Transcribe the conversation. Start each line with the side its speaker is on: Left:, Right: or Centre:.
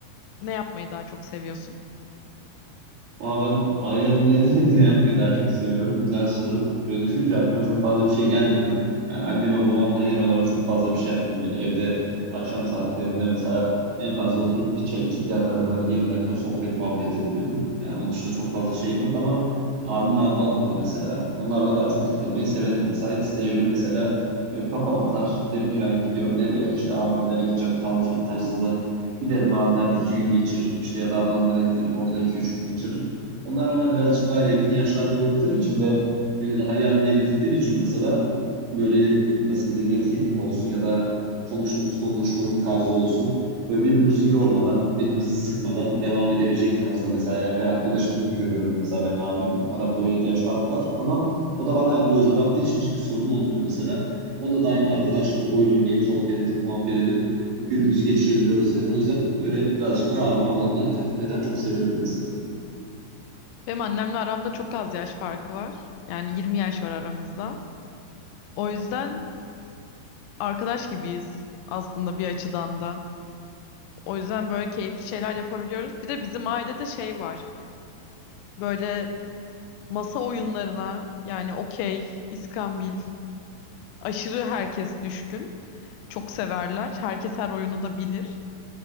Left: ne yapmayı daha çok seviyorsun?
Right: Ama ben ailemle <laughs> ne yapmayı daha çok seviyorum? Güzel soru. Şöyle düşününce aklıma çok fazla bir şey gelmiyor. Yani anne ve babamla genel olarak çok fazla bir şey yapmıyorum. Yani Evde akşam saatlerinde mesela en fazla oturup bir çay içip yanlarında bir 20 dakika sohbet muhabbet edebiliyorum. Yani onun dışında çok fazla şeyim yok ama abim ve ablam var mesela. Onlarla daha çok takılmayı severim. Mesela ikisi de evli mesela. Böyle kafam atar. Derim ki ben gidiyorum nereye? İşte abimlere gideceğim kalacağım tarzında. Giderim abimlerde iki gün geçiririm işte ya da ablamlara giderim orada iki üç gün geçiririm. Onlar bana birazcık daha yakın yaşlarda oldukları için ve beni daha iyi anlayabildikleri için mesela böyle nasıl diyeyim etkinlik olsun ya da konuştuğumuz konuşmanın tarzı olsun. Böyle birbirimizi yormadan, birbirimizi sıkmadan devam edebilecek tarzda mesela yani bir arkadaşım gibi görüyorum mesela ben abimi. Aramda 17 yaş fark var ama o da bana aynı gözle baktığı için hiçbir sorun olmuyor mesela. Onunla da aynı arkadaş gibi oyun oynayıp sohbet edip muhabbet edip günümüzü geçirebiliyoruz yani. O yüzden böyle birazcık daha abim ablamla takılmayı daha çok seviyorum mesela.
Left: Benim annemle aramda çok az yaş farkı var. Yani 20 yaş var aramızda. O yüzden arkadaş gibiyiz aslında bir açıdan da. O yüzden böyle keyifli şeyler yapabiliyoruz. Bir de bizim ailede şey var. Böyle masa oyunlarına yani okey, iskambil aşırı herkes düşkün. Çok severler. Herkes her oyunu da bilir.